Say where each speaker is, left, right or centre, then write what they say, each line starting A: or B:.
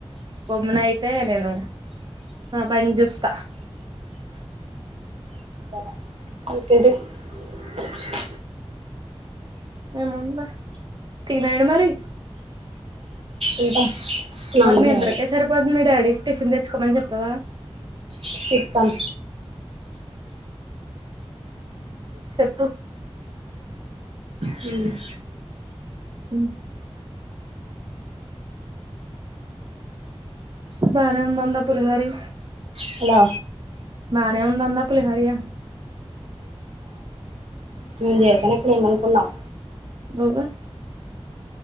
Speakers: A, on the right; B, on the right.
A: కొమ్మన అయితే నేను ఆ పంచుస్త
B: <unintelligible>
A: ఏమున్నా తినేయండి మరి
B: ఎంటా స్నాన్
A: మరి మీ
B: చేయాలి
A: ఇద్దరికే సరిపోద్ది మీ డాడీకి టిఫిన్ తెచ్చుకోమని చెప్పావా
B: చెప్తాను
A: చెప్పు
B: హుమ్
A: ఉమ్ బానే ఉన్ దందా పులిహోరు
B: హలో
A: బానే ఉందంటన పులిహోరు
B: మేము చేసాను ఇక్కడ ఏమనుకున్నావు
A: మీరా